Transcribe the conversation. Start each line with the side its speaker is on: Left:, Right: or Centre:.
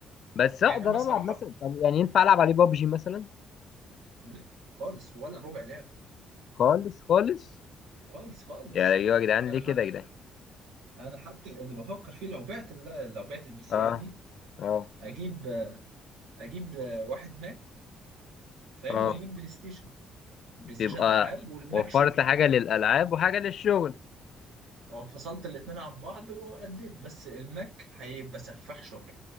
Left: بس
Right: يعني
Left: اقدر
Right: انا صراحه
Left: العب مثلا طب يعني ينفع العب عليه بابجي مثلا
Right: لا خالص ولا ربع لعبة
Left: خالص خالص
Right: خالص خالص
Left: يا ايوه يا جدعان
Right: انا
Left: ليه كده
Right: حتى
Left: يا جدعان
Right: انا حتى اللي بفكر فيه لو بعت ال- لو بعت البي سي
Left: اه
Right: عندي
Left: اه
Right: اجيب اجيب واحد ماك فاهم
Left: اه
Right: واجيب بلاي ستيشن بلاي ستيشن
Left: تبقى
Right: العاب والماك
Left: وفرت
Right: شغل
Left: حاجه للالعاب وحاجه للشغل
Right: اه فصلت الاتنين عن بعض واديت بس الماك هيبقى سفاح شغل